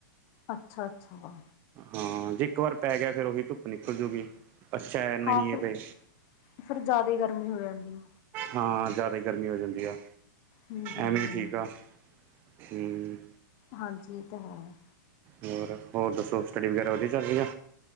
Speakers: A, on the left; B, on the right.
A: ਅੱਛਾ ਅੱਛਾ ਵ।
B: ਹਾਂ ਜੇ ਇੱਕ ਵਾਰ ਪੈ ਗਿਆ ਫੇਿਰ ਉਹੀ ਧੁੱਪ ਨਿਕਲ ਜੂਗੀ ਅੱਛਾ ਹੈ ਨਹੀਂ
A: ਹਾਂ ਫਿਰ
B: ਹੈ ਪਏ
A: ਫਿਰ ਜ਼ਿਆਦਾ ਈ ਗਰਮੀ ਹੋ ਜਾਂਦੀ ਏ।
B: ਹਾਂ ਜਾਦਾ ਹੀ ਗਰਮੀ ਹੋ ਜਾਂਦੀ ਆ
A: ਹੂੰ ਹੂੰ
B: ਐਵੇਂ ਵੀ ਠੀਕ ਆ ਹੂੰ
A: ਹਾਂਜੀ ਇਹ ਤਾਂ ਹੈ।
B: ਹੋਰ ਹੋਰ ਦੱਸੋ ਸਟੱਡੀ ਵਗੈਰਾ ਵਧੀਆ ਚੱਲ ਰਹੀ ਆ।